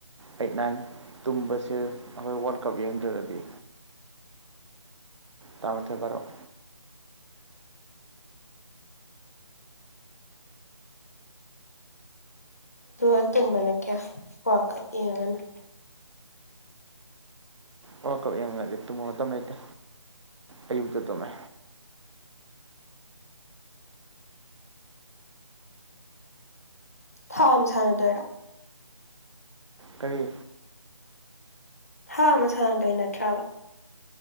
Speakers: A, on the right (about 70°); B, on the left (about 30°).
A: ꯑꯩꯠ ꯅꯥꯏꯟ ꯇꯨꯝꯕꯁꯦ ꯑꯩꯈꯣꯏ ꯋꯥꯔꯜ ꯀꯞ ꯌꯦꯡꯗ꯭ꯔꯒꯗꯤ ꯇꯥꯃꯊꯕꯔꯣꯑꯣ
B: ꯑꯗꯨꯝꯕꯅ ꯀꯌꯥ ꯋꯥ ꯀꯞ ꯌꯦꯡꯉꯒꯅꯨ
A: ꯑꯣ ꯀꯛꯡ ꯇꯨꯝꯃ ꯃꯇꯝ ꯂꯩꯇꯦ ꯑꯌꯨꯛꯇ ꯇꯨꯝꯃꯦ
B: ꯊꯥ ꯑꯃ ꯁꯥꯟꯅꯗꯣꯏꯔꯣ
A: ꯀꯔꯤ
B: ꯍꯥꯥ ꯑꯃ ꯁꯥꯟꯅꯗꯣꯏ ꯅꯠꯇ꯭ꯔꯕ